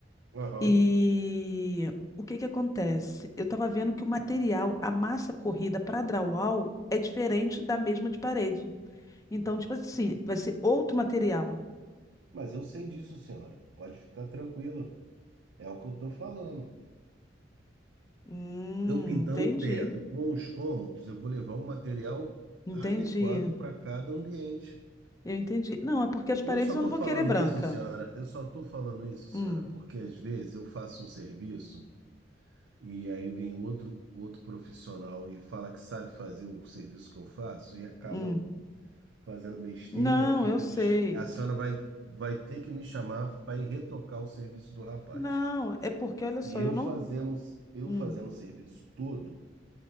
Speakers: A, on the right; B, on the left.
A: Aham.
B: E o que que acontece? Eu estava vendo que o material, a massa corrida para drywall é diferente da mesma de parede. Então, tipo assim, vai ser outro material.
A: Mas eu sei disso, senhora. Pode ficar tranquila. É o que eu tô falando.
B: Hum,
A: Eu pintando
B: entendi,
A: o teto com os cômodos, eu vou levar um material
B: entendi,
A: adequado para cada ambiente.
B: eu entendi. Não, é porque as
A: Eu
B: paredes
A: só
B: eu
A: tô
B: não vou
A: falando
B: querer branca.
A: isso, senhora. Eu só tô falando isso, senhora,
B: Hum,
A: porque às vezes eu faço um serviço E aí vem outro, outro profissional e fala que sabe fazer o serviço que eu faço e acaba
B: hum.
A: fazendo besteira,
B: Não,
A: fica
B: eu sei.
A: dist... a senhora vai, vai ter que me chamar para ir retocar o serviço do rapaz.
B: Não, é porque, olha só,
A: E eu
B: eu não.
A: fazendo, eu
B: Hum.
A: fazendo o serviço todo,